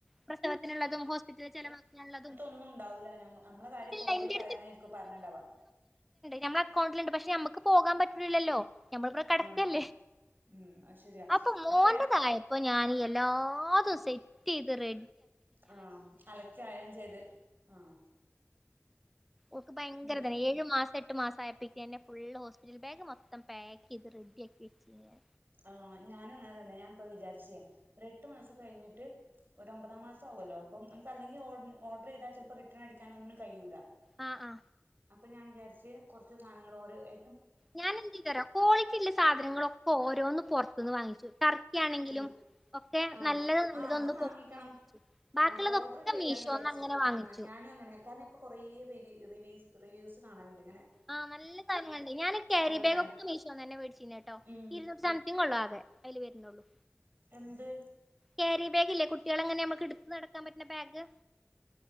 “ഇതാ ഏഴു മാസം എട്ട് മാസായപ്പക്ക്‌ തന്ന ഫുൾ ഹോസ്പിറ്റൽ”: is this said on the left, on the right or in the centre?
Centre